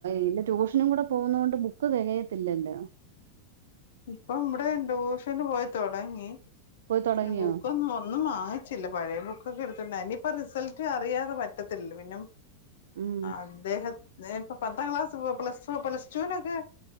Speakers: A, on the right; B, on the left.
A: ഇന്റെ ട്യൂഷനും കൂടെ പോകുന്ന കൊണ്ട് ബുക്ക് തികയത്തില്ലല്ലേ
B: ഇപ്പൊ ഇവിടെ ഡൂഷന് പോയി തുടങ്ങി
A: പോയി തുടങ്ങിയോ
B: ബുക്കൊന്നും ഒന്നും വാങ്ങിച്ചില്ല പഴയ ബുക്കൊക്കെ എടുത്തിണ്ട് അനി അപ്പൊ റിസൾട്ട് അറിയാതെ പറ്റത്തില്ല പിന്നെ
A: ഉം
B: അദ്ദേഹ ഞാന ഇപ്പോ പത്താം ക്ലാസ് പോ പ്ലസ് പ്ലസ് ടുവിനൊക്കെ